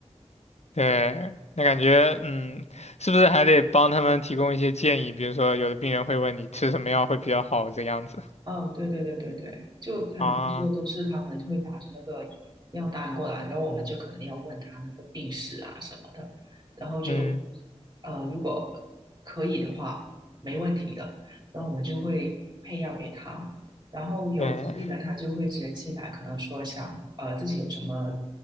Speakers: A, on the left; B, on the right.
A: 对，那感觉嗯，是不是还得帮他们提供一些建议？比如说，有的病人会问你吃什么药会比较好这样子
B: 哦，对对对对对，就很多时候都是他们会拿着那个药单过来，
A: 啊，
B: 然后我们就可能要问他那个病史啊什么的，然后就
A: 嗯，
B: 呃，如果可以的话，没问题的，然后我们就会配药给他。然后有疾病的他就会直接进来，
A: 对。
B: 可能说想呃自己有什么